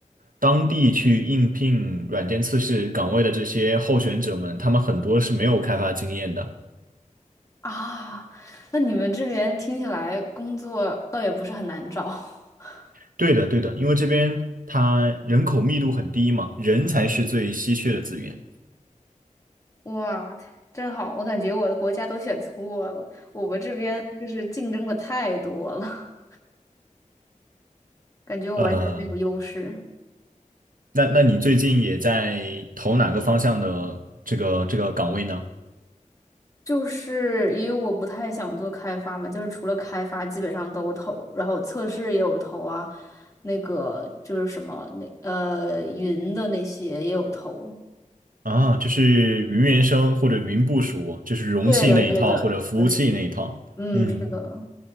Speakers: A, on the right (about 85°); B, on the left (about 25°).
A: 当地去应聘软件测试岗位的这些候选者们，他们很多是没有开发经验的。
B: 啊，那你们这边听起来工作倒也不是很难找。<laughs>
A: 对的，对的，因为这边它人口密度很低嘛，人才是最稀缺的资源。
B: 哇，太真好，我感觉我的国家都选错了，我们这边就是竞争的太多了，感觉我完全没有优势。
A: 呃，那那你最近也在投哪个方向的这个这个岗位呢？
B: 就是因为我不太想做开发嘛，就是除了开发基本上都投，然后测试也有投啊，那个就是什么那呃云的那些也有投。
A: 啊，就是云原生或者云部署，就是容器那一套或者服务器那一套。
B: 对的，对的，就是嗯，
A: 嗯，
B: 是的，